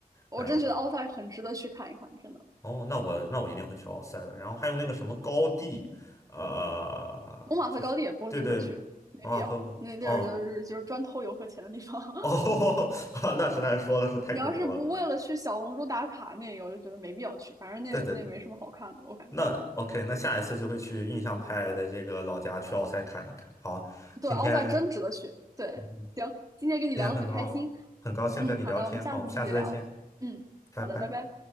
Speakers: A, on the right; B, on the left.
A: 我真觉得奥赛很值得去看一看，
B: 然后
A: 真的。
B: 哦，那我那我一定会去奥赛的。然后还有那个什么高地，呃，
A: 蒙马特高地也不值得去，
B: 就是对对，马马赫高哦。
A: 没必要。那地儿就是就是专偷游客钱的地方。<laughs>
B: 哦，<laughs> 那实在是说的是太恐怖了。
A: 你要是不为了去小红书打卡那个，我就觉得没必要去。反正那那没什么好看的，
B: 对对对，
A: 我感觉。
B: 那 OK，那下一次就会去印象派的这个老家去奥赛看一看。好，今天
A: 对奥赛真值得去。对，
B: 嗯哼
A: 行，今天跟你聊得很开心。
B: 今天很高很高兴跟你聊天，
A: 嗯，好的，我们下次继续聊。
B: 好，我们下次再见，
A: 嗯，
B: 拜拜。
A: 好的，拜拜。